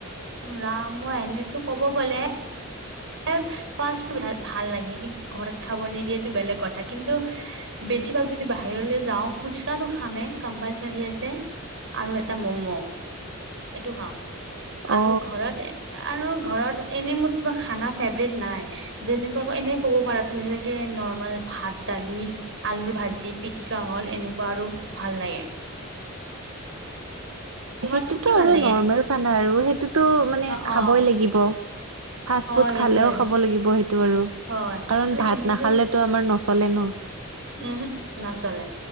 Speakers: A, on the right (about 60°); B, on the right (about 80°).
A: ৰাম মই এনেতো ক'ব গ'লে এব ফাৰ্ষ্ট ভা-ভাল লাগে কিন্তু ঘৰত খাব নিদিয়েতো বেলেগ কথা কিন্তু বেছিভাগ যদি বাহিৰলৈ যাও ফুচকাটো খামে, কম্পালচাৰী আছে। আৰু এটা ম'ম এইটো খাও। আৰু
B: অ
A: ঘৰত এ আৰু ঘৰত এনেই মোৰ কিবা খানা ফেভৰেট নাই। যেনেকুৱা এনে ক'ব পাৰা তুমি যেনেকে নৰ্মেল ভাত, দালি আলুৰ ভাজি, পিতিকা হ'ল এনেকুৱা আৰু ভাল লাগে। তোমাক
B: সেইটোতো
A: কি কি ভাল
B: আৰু
A: লাগে
B: নৰ্মেল খানা আৰু সেইটোতো মানে
A: অ
B: খাবই
A: অ
B: লাগিব। ফাষ্ট
A: হয়
B: ফুড
A: সেইটোয়ে
B: খালেও খাব লাগিব, সেইটো আৰু
A: হয়
B: কাৰণ
A: আৰু
B: ভাত
A: এনে
B: নাখালে
A: যে
B: ত, আমাৰ নচলে ন।
A: উম, হু ন।